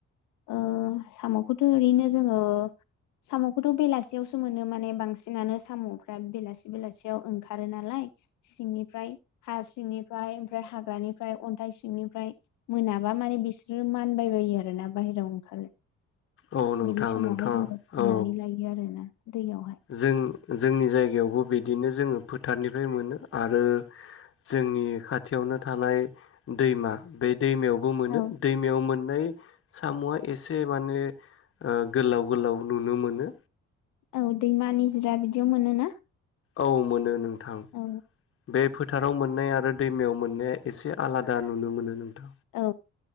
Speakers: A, on the left; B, on the left.
A: ओ साम'खौथ' ओरैनो जोङो साम'खौथ' बेलासि सियावसो मोनो माने बांसिनानो साम'फ्रा बेलासि बेलासियाव ओंखारो नालाय सिंनिफ्राय हा सिंनिफ्राय ओमफ्राय हाग्रानिफ्राय अन्थाइ सिंनिफ्राय मोनाबा माने बिसोरो मानबाय बायो आरोना बाह्रायाव ओंखारो
B: औ नोंथां
A: बिदि समावहाय
B: नोंथाङा
A: जोङो खननानै
B: औ
A: लाइयो आरोना दैयावहाय
B: जों जोंनि जायगायावबो बिदिनो जोङो फोथारनिफ्राय मोनो आरो जोंनि खाथियावनो थानाय दैमा बे दैमायावबो मोनो
A: औ
B: दैमायाव मोन नै साम'आ एसे माने ओ गोलाव गोलाव नुनो मोनो
A: औ दैमानि निजिरा बिदियाव मोनोना
B: औ मोनो नों थां
A: औ
B: बे फोथाराव मोननाय आरो दैमायाव मोननाया एसे आलादा नुनो मोनो नोंथां
A: औ